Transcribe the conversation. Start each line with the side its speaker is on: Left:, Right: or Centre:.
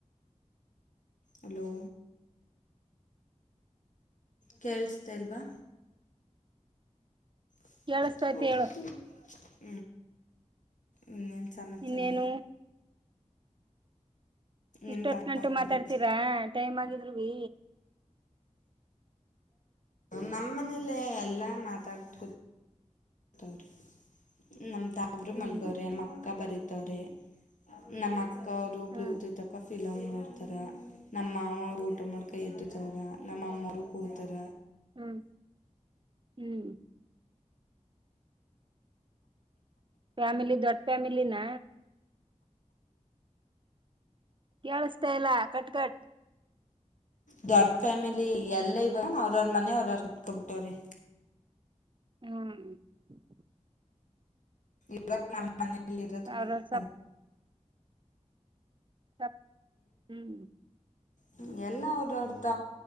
Left: ಹಲೋ ಕೇೇಳಿಸ್ತಇಲ್ವಾ ಹೋಗ್ತಿವಿ
Right: ಕೇಳಸ್ತೈತಿ ಹೇಳು
Left: ಇನ್ನೇನು ಸಮಾಚಹಾರ
Right: ಇನ್ನೇನು
Left: ನಿಮ್ಮ
Right: ಇಷ್ಟೊತ್
Left: ತಮ್ಮ
Right: ಗಂಟ ಮಾತಾಡ್ತೀರಾ ಟೈಮ್ ಆಗಿದರವಿ
Left: ನಮ್ಮ ಮನೇಲ್ಲ ಎಲ್ಲಾ ಮಾತಾಡ್ಕ ಹ್ಮು ನಮ್ ತಮರೂ
Right: ಹ್ಮ್
Left: ಮಲ್ಗವ್ರೆನಮ್ಮ ಅಕ್ಕ ಬರೀತ್ ರೆ ನಮ್ಮ ಅಕ್ಕ ಅವರು ಬ್ಲೂಟೂತ್ಕ್ಕ
Right: ಹ್ಮ್
Left: ಫಿಲಮ್ ತಾರ ನಮ್ಮ ಮಾವ ಅವರು ಊಟ ಮಾಡ್ಕ ಎದ್ದ ತಾರ ನಮ್ಮಮ್ಮರು ಕೂತಾರ
Right: ಹ್ಮ್ ಹ್ಮ್ ಫ್ಯಾಮಲಿ ದೊಡ್ಡ ಫ್ಯಾಮಲಿ ನ ಕೇಳಸ್ತಾ ಇಲ್ಲ ಕಟ್ ಕಟ್
Left: ದ ಅರ್ದ ಫ್ಯಾಮಿಲಿ ಎಲ್ಲ ಇವ ಅವ್ರವ್ರ ಮನೆ ಅವ್ರ ಹತ್ಕೊಬಿಟ್ಟವ್ರಿ
Right: ಹ್ಮು
Left: ಇವಾಗ ನಮ್ಮ ಮನೆಯಲ್ಲಿ ಇರೋದು
Right: ಅವ್ರ ಸಪ್
Left: ಅದ <inaudible>
Right: ಸ ಹ್ಮ್
Left: ಹ್ಮು ಎಲ್ಲ ಅವ್ರ ಅವ್ರ್ದ